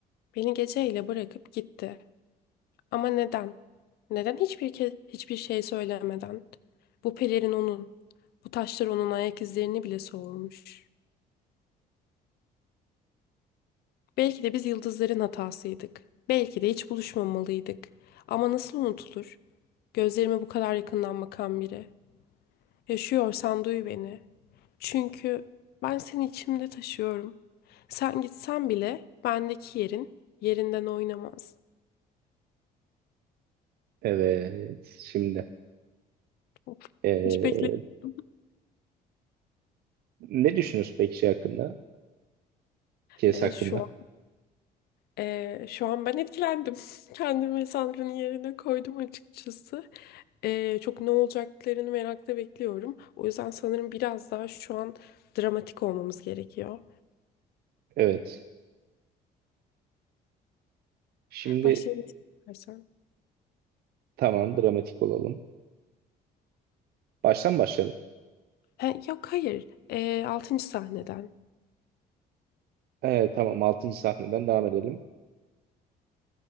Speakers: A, on the left; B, on the right.
A: Beni geceyle bırakıp gitti. Ama neden? Neden hiçbir ke hiçbir şey söylemeden? Bu pelerin onun. Bu taşlar onun ayak izlerini bile soğurmuş. Belki de biz yıldızların hatasıydık. Belki de hiç buluşmamalıydık. Ama nasıl unutulur? Gözlerime bu kadar yakından bakan biri. Yaşıyorsan duy beni. Çünkü ben seni içimde taşıyorum. Sen gitsen bile bendeki yerin yerinden oynamaz.
B: Evet, şimdi.
A: Of,
B: Ee,
A: hiç bekle. <laughs>
B: ne düşünüyorsun peki şey hakkında? Kes
A: Evet
B: hakkında.
A: şu Ee, şu an ben etkilendim. <laughs> Kendimi Sandra'nın yerine koydum açıkçası. Ee, çok ne olacaklarını merakla bekliyorum. O yüzden sanırım biraz daha şu an dramatik olmamız gerekiyor.
B: Evet. Şimdi
A: Başlayalım istersen.
B: tamam dramatik olalım. Baştan başlayalım.
A: Ha, yok hayır. Ee, 6. sahneden.
B: Ee, tamam altıncı sahneden devam edelim.